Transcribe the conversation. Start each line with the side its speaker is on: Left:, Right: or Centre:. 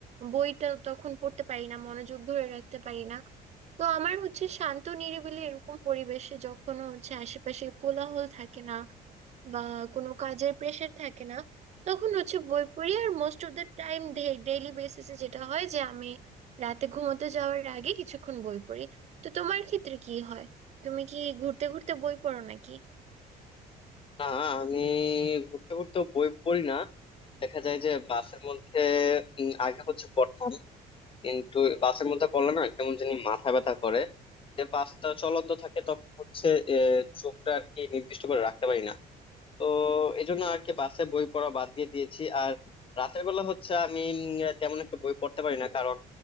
Right: বইটা তখন পড়তে পারি না মনোযোগ ধরে রাখতে পারি না তো আমার হচ্ছে শান্ত নিরিবিলি এরকম পরিবেশে যখন হচ্ছে আশেপাশে কোলাহল থাকে না বা কোনো কাজের প্রেশার থাকে না তখন হচ্ছে বই পড়ি আর most of the time daily বেসিসে যেটা হয় যে আমি রাতে ঘুমোতে যাওয়ার আগে কিছুক্ষণ বই পড়ি তো তোমার ক্ষেত্রে কি হয় তুমি কি ঘুরতে ঘুরতে বই পড়ো নাকি
Left: না আমি ঘুরতে ঘুরতে বই পড়ি না দেখা যায় যে বাসের মধ্যে উম, আগে হচ্ছে পড়তাম কিন্তু বাসের মধ্যে পড়লে না কেমন জানি মাথা ব্যথা করে যে বাসটা চলন্ত থাকে তখন হচ্ছে আহ, চোখটা আর কি নির্দিষ্ট করে রাখতে পারি না তো এই জন্য আর কি বাসে বই পড়া বাদ দিয়ে দিয়েছি আর রাতের বেলা হচ্ছে আমি উম, তেমন একটা বই পড়তে পারি না কারণ